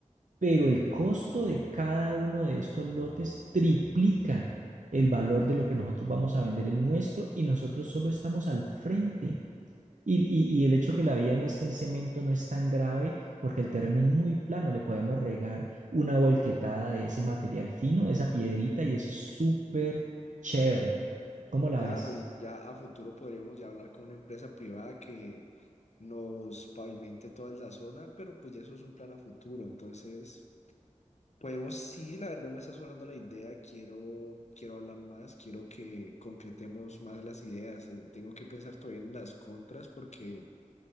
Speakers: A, on the right (about 75°); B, on the left (about 60°).
A: pero el costo de cada uno de estos lotes triplica el valor de lo que nosotros vamos a vender el nuestro y nosotros solo estamos al frente. Y, y- y el hecho que la vía no esté en cemento no es tan grave porque el terreno es muy plano, le podemos regar una volquetada de ese material fino, de esa piedrita y eso es súper chévere. ¿Cómo la
B: Claro,
A: ves?
B: y ya a futuro podríamos ya hablar con una empresa privada que nos pavimente toda la zona, pero pues ya eso es un plan a futuro. Entonces, podemos, sí, la verdad me está sonando la idea, quiero, quiero hablar más, quiero que concretemos más las ideas. eh, Tengo que pensar todavía en las contras porque